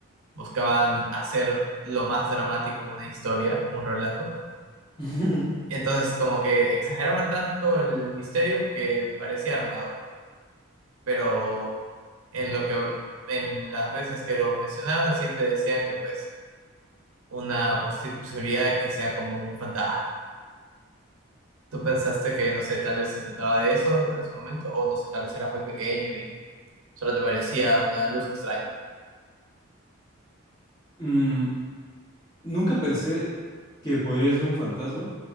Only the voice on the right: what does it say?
buscaban hacer lo más dramático una historia, un relato.
Entonces, como que exageraban tanto el misterio que parecía armado, pero en lo que en las veces que lo mencionaban siempre decían que pues una posi- posibilidad es que sea como un fantasma. ¿Tú pensaste que, no sé, tal vez se trataba de eso en ese momento? O no sé, tal vez eras muy pequeño y solo te parecía una luz extraña.